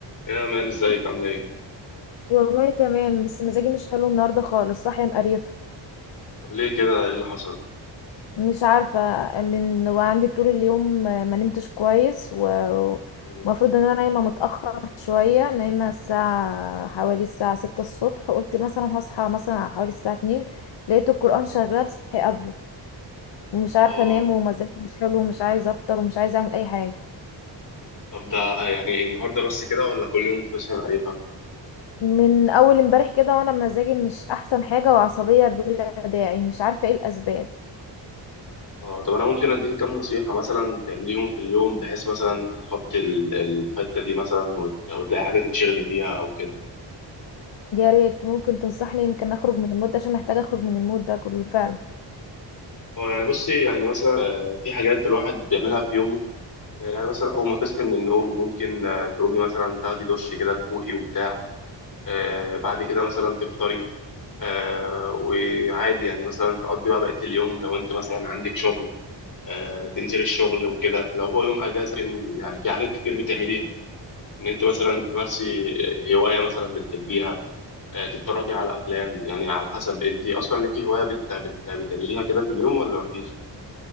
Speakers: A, on the left; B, on the left.
A: يا مان ازيك عامل ايه؟
B: والله تمام بس مزاجي مش حلو النهارده خالص صاحيه مقريفه
A: طب ليه كده؟ ايه اللي حصل؟
B: مش عارفه من وعندي طول اليوم ما نمتش كويس و-
A: مم.
B: ومفروض ان انا نايمه متاخر شويه نايمه الساعه حوالي الساعه 6 الصبح قلت مثلا هصحى مثلا على حوالي الساعه 2 لقيت القران شغال صحي قبله ومش عارفه
A: اه
B: انام ومزاجي مش حلو ومش عايزه افطر ومش عايزه اعمل اي حاجه
A: طب ده آه، يعني النهارده بس كده ولا كل يوم بتسأل قريبها؟
B: من اول امبارح كده وانا مزاجي مش احسن حاجه وعصبيه بلا داعي مش عارفه ايه الاسباب
A: اه طب انا ممكن اديك كام نصيحة مثلا تعمليهم في اليوم بحيث مثلا تتخطي ال- الحتة دي مثلا وت- وتلاقي حاجة تتشغلي فيها او كده.
B: يا ريت ممكن تنصحني يمكن اخرج من المود ده عشان محتاجه اخرج من المود ده كله فعلا
A: اه يعني بصي يعني مثلا آه، في حاجات الواحد بيعملها في يومه آه، يعني مثلا اول ما تصحي من النوم ممكن آه، تقومي مثلا تاخدي دش كده تفوقي وبتاع آه، بعد كده مثلا تفطري آه وعادي يعني مثلا تقضي بقى بقية اليوم لو انت مثلا عندك شغل آه تنزل الشغل وكده لو هو يوم اجازة ممكن يعني في حاجات كتير بتعمليها ان انت مثلا تمارسي هواية مثلا بتحبيها آه تتفرجي على افلام يعني على حسب انت اصلا ليكي هواية بت... بت... بتعمليها كده في اليوم ولا مفيش